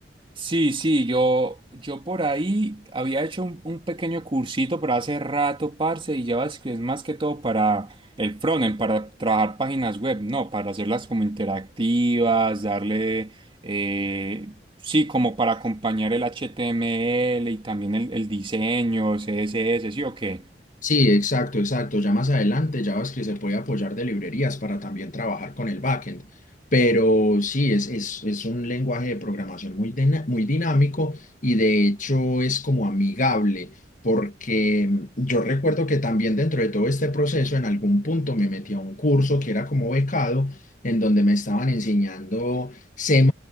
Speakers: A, on the right (about 30°); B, on the left (about 45°).
A: Sí, sí, yo, yo por ahí había hecho un, un pequeño cursito, pero hace rato, parce, y ya es que es más que todo para el frontend, para trabajar páginas web, no, para hacerlas como interactivas, darle, eh, sí, como para acompañar el HTML y también el, el diseño, CSS, sí o qué.
B: Sí, exacto, exacto. Ya más adelante JavaScript se puede apoyar de librerías para también trabajar con el backend. Pero sí, es, es, es un lenguaje de programación muy, dina- muy dinámico y de hecho es como amigable, porque yo recuerdo que también dentro de todo este proceso en algún punto me metí a un curso que era como becado, en donde me estaban enseñando C++.